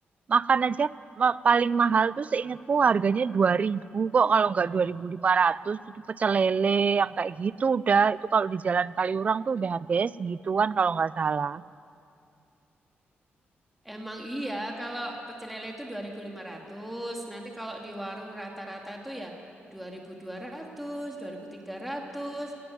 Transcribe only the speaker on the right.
makan aja ma- paling mahal tuh seingatku harganya 2000 kok kalau nggak 2.500 itu pecel lele yang kayak gitu udah. Itu kalau di Jalan Kaliurang tuh udah harganya segituan kalau nggak salah.